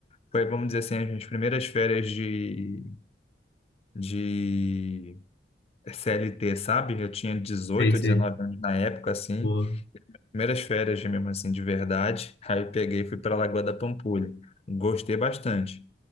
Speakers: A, on the left; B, on the left.
A: foi, vamos dizer assim, as minhas primeiras férias de, de CLT, sabe? Eu tinha dezoito
B: Sei, sei.
A: ou dezenove anos na época, assim.
B: Boa.
A: Primeiras férias mesmo assim, de verdade. <laughs> Aí eu peguei e fui para Lagoa da Pampulha. Gostei bastante.